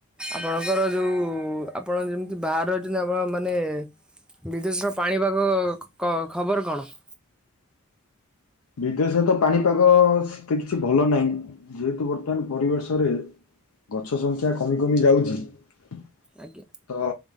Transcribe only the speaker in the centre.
ଆପଣଙ୍କର ଯେଉ ଆପଣ ଯେମିତି ବାହରେ ଅଛନ୍ତି ଆପଣ ମାନେ ବିଦେଶର ପାଣିପାଗ କ ଖବର କଣ? <inaudible>
ଆଜ୍ଞା